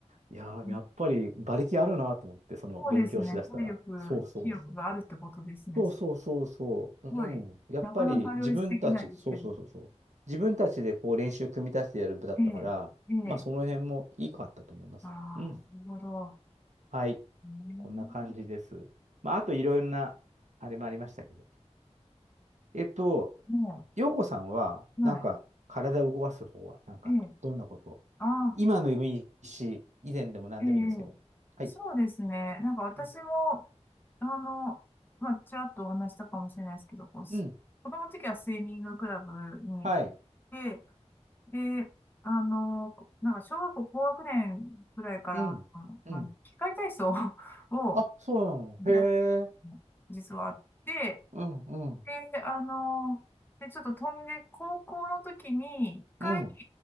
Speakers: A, on the right; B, on the left.
A: いやー、
B: え
A: やっぱり馬力あるなと思って、その勉強しだしたら。
B: そうですね。体力、
A: そうそうそうそう。
B: 気力があるってことですね。
A: そうそうそうそう。
B: すごい、
A: うん。やっぱり自分たち、
B: なかなか両立できないですけど。
A: そうそうそうそう。自分たちでこう練習組み立ててやる部だったから、
B: ええ、ええ、
A: まあその辺もいいかったと思います。
B: ああ、
A: うん。
B: なるほど。
A: はい。
B: うん、
A: こんな感じです。まああといろいろな、あれもありましたけど。えっと、
B: も
A: 陽子さんは、
B: う、
A: なんか体を動かす方は、
B: は
A: なんかどんなこと
B: い、ええ、ああ、
A: 今の夢いいし、以前でも何でもいいんですけど。
B: ええ、
A: はい。
B: そうですね。なんか私も、
A: うん。
B: あの、まあ、ちらっとお話したかもしれないですけど、こう、す子供の時はスイミングクラブに
A: うんはい。
B: 行って、で、あの、こなんか小学校高学年くらいから、
A: うん。
B: あの、
A: うん。
B: あの器械体操を <laughs>
A: あ、
B: を
A: そうなの。へえ。
B: やっ、実はあって、
A: うん、うん、
B: で、あの、で、ちょっと飛んで、高校の時に、一回、
A: うん。